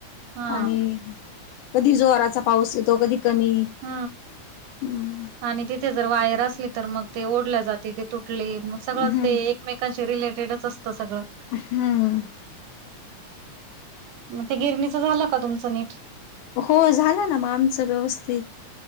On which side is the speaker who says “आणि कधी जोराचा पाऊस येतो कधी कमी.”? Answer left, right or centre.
Left